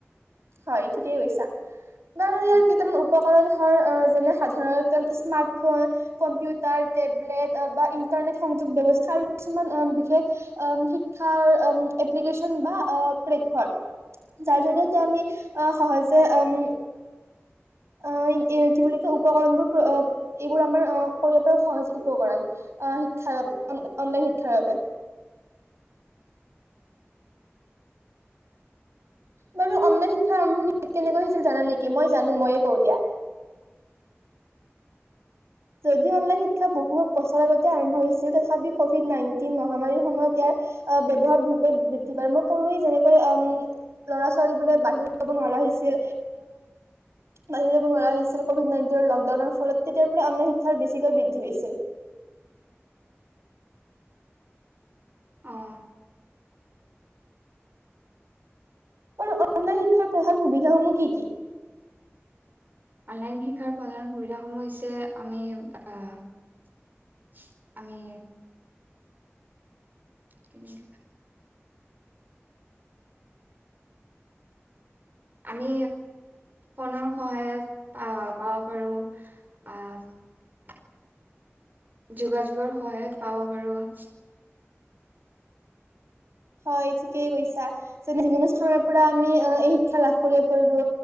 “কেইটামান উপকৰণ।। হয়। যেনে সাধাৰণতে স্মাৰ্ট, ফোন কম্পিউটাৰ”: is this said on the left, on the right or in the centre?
Right